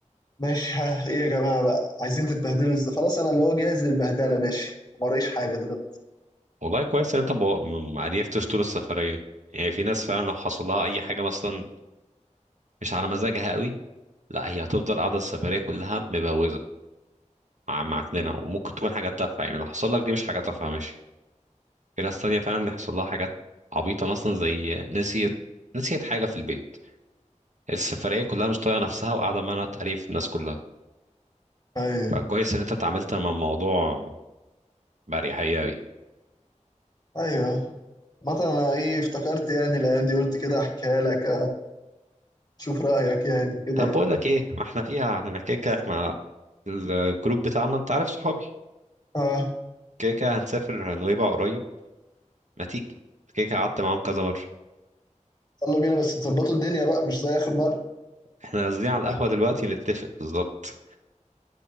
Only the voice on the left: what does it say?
ماشي ها ايه يا جماعه بقى عايزين تتبهدلوا ازاي خلاص انا اللي هو جاهز للبهدله ماشي ما ورايش حاجه دلوقتي
ايوه
ايوه مثلا انا ايه افتكرت يعني الايام دي قلت كده احكيها لك اشوف رايك يعني كده
يعني
اه
يلا بينا بس تظبطوا الدنيا بقى مش زي آخر مرة